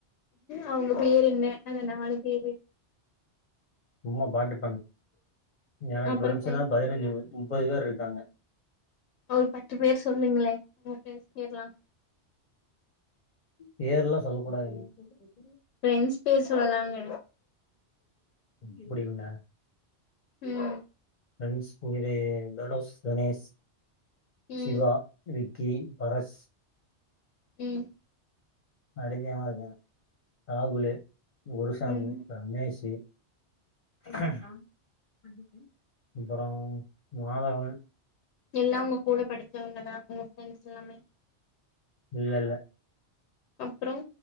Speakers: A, on the left (about 80°); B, on the left (about 45°).
A: அவங்க பேரு என்ன அந்த நாலு பேரு
B: உமா பாட்டு எனக்கு
A: அப்புறோ
B: ஃபிரண்ஸ்னா
A: ஃப்ரெண்ட்ஸ்
B: பதினஞ்சு
A: இல்லையா
B: மு முப்பது பேர் இருப் க்காங்க
A: ஒரு பத்து பேர் சொல்லுங்களே <unintelligible> லாம்
B: பேர்லா சொல்லகூடாதுங் <inaudible>
A: ஃபிரெண்ட்ஸ் பேர் சொல்லலாங்க
B: இப்பிடி இருந்த
A: ம்
B: ஃபிரண்ட்ஸ் பேரு தனுஷ் கணேஷ்
A: ம்
B: சிவா விக் கே பரஸ்
A: ம்
B: நா அடிமயா தா இருக்க ராகுலு குருசாமி
A: ம்
B: ரமேசு <inaudible> இப்றோ மாதவன்
A: எல்லா உங்க கூட படிச்சவங்களா உங்க ஃப்ரெண்ட்ஸ் எல்லாமே
B: இல்ல இல்ல
A: அப்றோ